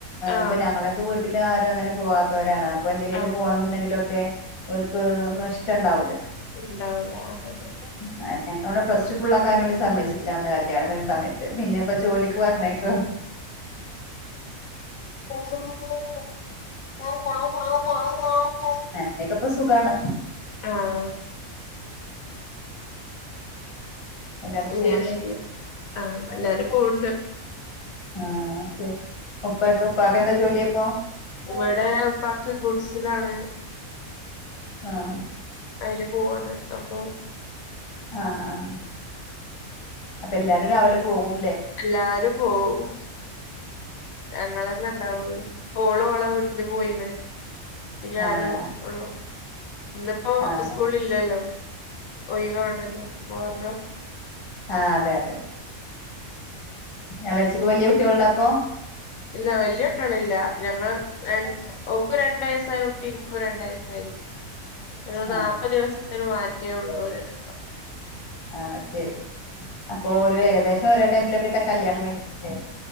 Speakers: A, on the left; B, on the left.
A: ആഹ്
B: ഇപ്പൊ ഞങ്ങളൊക്കെ വീട്ടില്ും ആരും അങ്ങനെ പോവാത്തോ രാണ് അപ്പൊ എങ്ങട്ടെലും
A: ആഹ്
B: പോണം ന്നുണ്ടെങ്കിലോക്കെ ഓർക് ഒന്നും ഇഷ്ട ഇണ്ടാവൂല
A: ഇണ്ടാവൂല അതന്നെ
B: <unintelligible> പ്ലസ് ടു ഫൾ ആാൻ വേണ്ടി സമച്ചിില്ല അന്ന് കല്യാണം ക സമയ മ പിന്നെ ഇപ്പോൊ ജോലിക്ക് പറഞ്ഞേക്കൊ
A: ഉ ആ ആ
B: <unintelligible> ഇപ്പൊ സുഖാണ്
A: ആഹ്
B: എല്ലാരും
A: മ്മ്
B: പോവണ്ടെങ്കില്
A: ആഹ എല്ലാരും പോണ്ട്
B: ആഹ ശരി ഉപ്പക്കെ ഉപ്പക്കെ എന്താ ജോലിയ അപ്പോ
A: ഇവിടെ പാക്ക് ഗുഡ്സിലാണ്
B: ആഹ്
A: അതില് പോവാണ് അപ്പൊ
B: ആഹ് ആഹ് അപ്പൊ എല്ലാരും രാവിലെ പോകും
A: എല്ലാരും പോവും ഞങ്ങളന്ന ഇണ്ടാവുള്ളൂ ഓളോ ഓളാ വീട്ടില് പോയിണ് ഞാനും
B: ആഹ്
A: ള്ളു ന്നിപ്പോ
B: ആഹ്
A: സ്കൂളില്ലല്ലോ ഒഴിവാണല്ലോ മുഹറം
B: ആഹ അതെ അതെ എളചിക് വലിയ കുട്ടികളുണ്ടപ്പ
A: ഇല്ല വലിയ ട്ടള ഇില്ല ഞങ്ങൾ ക്കും ഓക്കു രണ്ടയസ ആ കുട്ടി ഇൻക്കും രണ്ടായയസായി കുട്ടി ങ്ങൾ
B: ആഹ്
A: നാല്പ്പത് ദിവസത്തിന് മാറ്റേ ഉള്ളൂ ഓൽ രണ്ടാളും
B: ആഹ ശരി അപ്പൊ ഒരു ഏകദേശം ഒഓരോടൈമിലൊക്കെ ആയിരിക്കും കല്യാണം കഴിഞ്ഞിട്ട